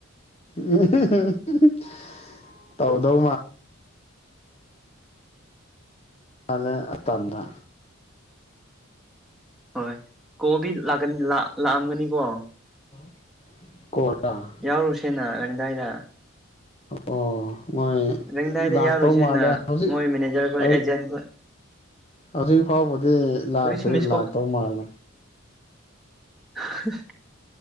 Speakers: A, on the left; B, in the centre.
A: <unintelligible> ꯇꯧꯗꯧ ꯃꯥꯜ ꯃꯥꯂꯦ ꯑꯇꯟꯗ
B: ꯍꯣꯏ ꯀꯣꯜꯗꯤ ꯂꯥꯛꯀꯅꯤ ꯂꯥꯛ ꯂꯥꯛꯑꯝꯒꯅꯤꯀꯣ
A: <unintelligible>
B: ꯌꯥꯎꯔꯨꯁꯦꯅ ꯂꯪꯗꯥꯏꯗ
A: ꯑꯣ ꯃꯣꯏ
B: ꯔꯦꯡꯗꯥꯏꯗ
A: ꯂꯥꯛꯇꯧ
B: ꯌꯥꯎꯔꯨꯁꯦꯅ
A: ꯃꯥꯜꯂꯦ ꯍꯧꯖꯤꯛ
B: ꯃꯣꯏ ꯃꯦꯅꯦꯖꯔ ꯈꯣꯏ
A: ꯍꯧꯖꯤꯛ
B: ꯑꯦꯖꯦꯟ ꯈꯣꯏ
A: ꯍꯧꯖꯤꯛ ꯐꯥꯎꯕꯗꯤ ꯂꯥꯛꯇ꯭ꯔꯦ
B: <unintelligible> ꯃꯤꯁꯀꯣ
A: ꯂꯥꯛꯇꯧ ꯃꯥꯜꯂꯦ
B: <unintelligible>